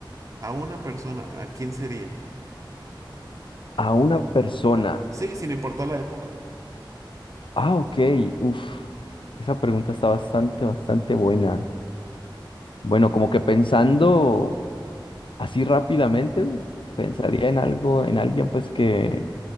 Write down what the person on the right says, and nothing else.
a una persona, ¿a quién sería?
Sí, sin importar la época.